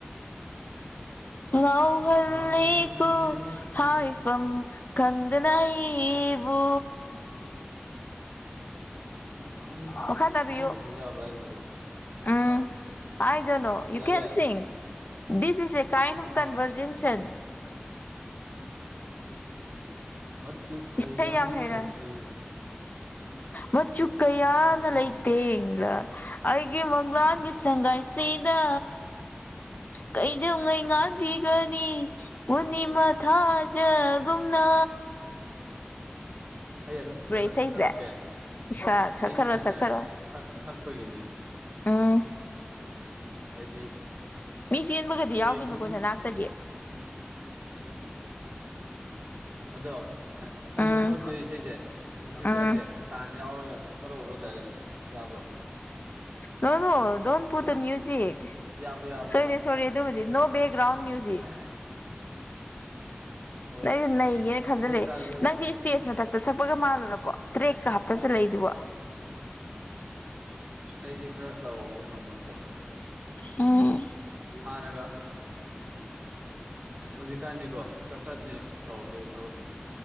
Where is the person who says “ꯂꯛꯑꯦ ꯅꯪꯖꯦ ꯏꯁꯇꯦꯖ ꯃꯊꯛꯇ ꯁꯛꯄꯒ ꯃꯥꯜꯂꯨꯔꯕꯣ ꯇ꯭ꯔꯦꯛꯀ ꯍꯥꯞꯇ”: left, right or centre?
Left